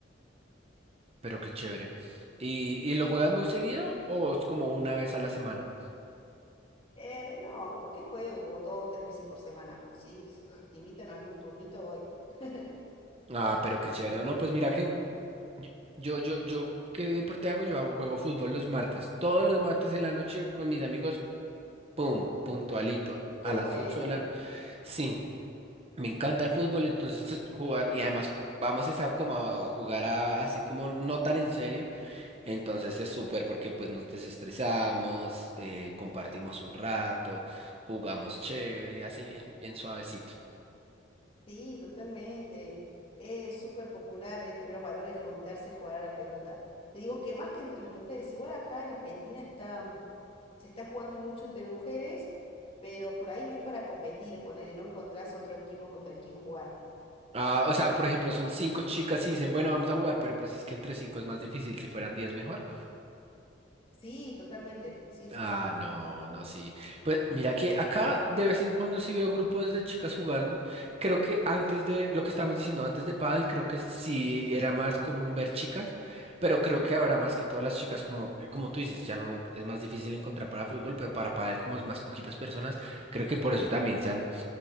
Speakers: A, on the right; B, on the left.
A: Pero qué chévere. ¿Y, y lo juegas muy seguido o es como una vez a la semana?
B: Eh, no, capaz que juego dos, tres veces por semana, sí, sí, si te invitan a algún turnito voy. <laughs>
A: Ah, pero qué chévere.
B: De una.
A: No, pues mira que yo, yo, yo, ¿qué deporte hago? Yo hago- juego fútbol los martes, todos los martes en la noche con mis amigos, pum, puntualito,
B: Qué
A: a las
B: bueno.
A: 8 de la noche. Sí, Me encanta el fútbol, entonces jugar y además vamos esa como a jugar a- así como no tan en serio, entonces es súper porque pues nos desestresamos, eh, compartimos un rato, jugamos chévere, así bien, bien suavecito.
B: Sí, totalmente. Es súper popular entre los varones juntarse a jugar a la pelota. Te digo que más que entre las mujeres, igual acá en Argentina está, se está jugando mucho entre mujeres, pero por ahí no hay para competir, ponele, no encontrás otro equipo contra el quien jugar.
A: Ah, o sea, por ejemplo, son cinco chicas y dicen, bueno, vamos a jugar, pero pues es que entre cinco es más difícil, si fueran diez mejor.
B: Sí, totalmente. Sí, sí,
A: Ah,
B: sí.
A: no, no, sí. Pues mira que acá de vez en cuando sí veo grupos de chicas jugando. Creo que antes de lo que estábamos diciendo antes de pádel, creo que sí era más común ver chicas, pero creo que ahora más que todas las chicas como como tú dices, ya no es más difícil encontrar para fútbol, pero para pádel como es más poquitas personas, creo que por eso también se han